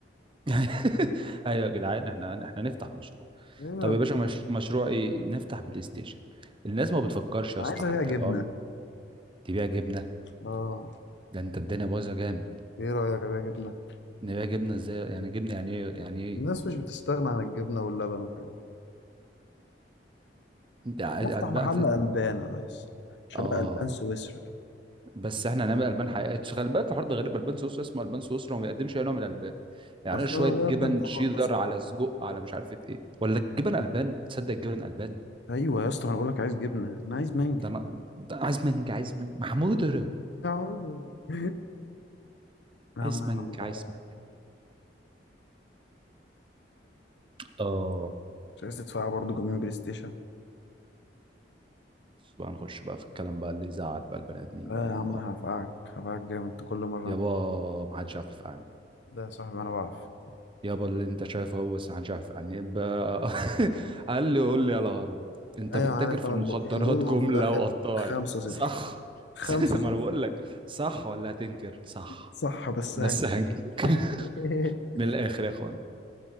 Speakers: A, on the right; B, on the left.
A: <laughs> ايوه يا جدعان احنا احنا نفتح مشروع
B: ايوه
A: طب يا
B: ده.
A: باشا مش... مشروع ايه نفتح بلاي ستيشن الناس ما بتفكرش يا
B: انا
A: اسطى
B: عايز
A: حتى
B: ابيع جبنه
A: لو تبيع جبنه
B: اه
A: ده انت الدنيا بايظه جامد
B: ايه رايك ابيع جبنه
A: نبيع جبنه ازاي يعني جبنه يعني ايه يعني ايه
B: الناس مش بتستغنى عن الجبنه واللبن والحاجات
A: ده عايز
B: دي نفتح
A: البان
B: محل قلبان يا ريس شبه
A: اه
B: قلبان سويسرا كده
A: بس احنا هنعمل البان حقيقيه خلي بالك الحوار ده غريب البان سويسرا اسمه البان سويسرا وما بيقدمش اي نوع من الالبان يعني
B: اصلا
A: إيه شويه جبن
B: بقدم طبقات
A: شيدر على سجق على مش عارف ايه ولا الجبن البان تصدق الجبن البان
B: ايوه يا اسطى ما انا بقول لك عايز جبنه انا عايز مانجا
A: ده انا ده عايز مانجا عايز مانجا محمود <laughs> اضرب
B: يا عم <laughs> يا
A: عايز
B: عم احنا
A: منك
B: ندور
A: عايز منك اه
B: مش عايز تدفع برضه جيمين بلاي ستيشن
A: بس بقى نخش بقى في الكلام بقى اللي يزعل بقى البني ادمين
B: لا
A: بقى
B: يا
A: من
B: عم
A: بعض
B: هفقعك هفقعك جامد انت كل مره
A: يابا
B: انت
A: ما حدش يعرف يفقعني
B: لا يا صاحبي انا بعرف
A: يابا اللي انت شايفه يابا بس ما حدش يعرف يفقعني يبقى <laughs> قال لي قول لي يا الهرم انت
B: ايوه
A: بتتاجر
B: انا عارف
A: في
B: انا
A: المخدرات
B: البقين دول وفي
A: جمله
B: الاخر
A: وقطاعي
B: 5 0
A: صح
B: 5
A: <laughs> ما انا
B: 0
A: بقول لك صح ولا هتنكر صح
B: صح بس
A: بس
B: هاي
A: هنكر <laughs>
B: <laughs>
A: من الاخر يا اخوان